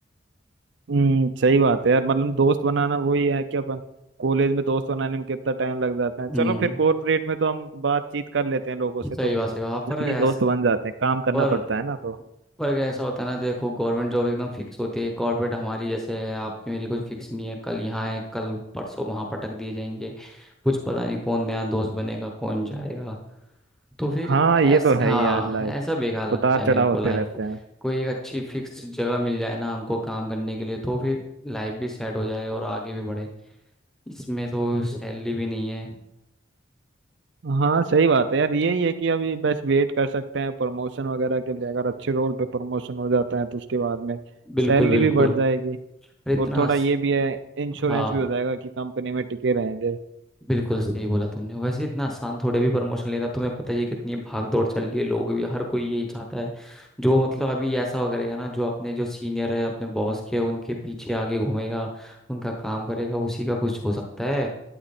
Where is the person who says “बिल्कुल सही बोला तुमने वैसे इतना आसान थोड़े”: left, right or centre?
Centre